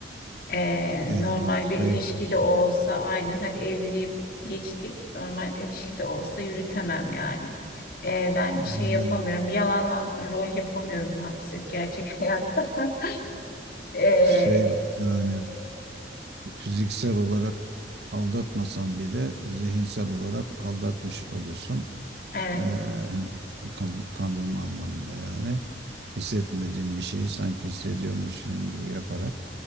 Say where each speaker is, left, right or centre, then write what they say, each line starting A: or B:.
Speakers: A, on the left; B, on the right.
A: Ee,
B: Yani
A: normal bir
B: şey
A: ilişkide
B: diyorsun.
A: olsa aynen hadi evliliği geçtik. Normal ilişkide olsa yürütemem yani. Ee, ben şey
B: Yani
A: yapamıyorum. Yalandan rol yapamıyorum maalesef gerçek hayatta. <laughs> Ee,
B: şey yani fiziksel olarak aldatmasan bile zihinsel olarak aldatmış oluyorsun.
A: evet,
B: Ee, hani kan- kandırma anlamında yani hissetmediğin bir şeyi sanki hissediyormuşsun gibi yaparak